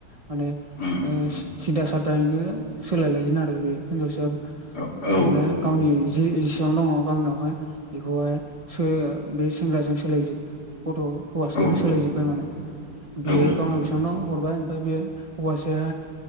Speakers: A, on the right (about 40°); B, on the left (about 60°).
A: माने
B: उम
A: <unintelligible> सिदा सादायैनो सोलायलायगोन आरो बे हिनजावसाया।
B: औ
A: थार
B: औ
A: माने गावनि जि एसेबां दङ गावनियावहाय बेखौहाय <unintelligible> जों सोलायोब गथ' हौवासाजों
B: उम
A: सोलायजोबबाय माने बियो
B: औ
A: गावनाव बेसेबां दं हरबाय ओमफाय बे हौवासाय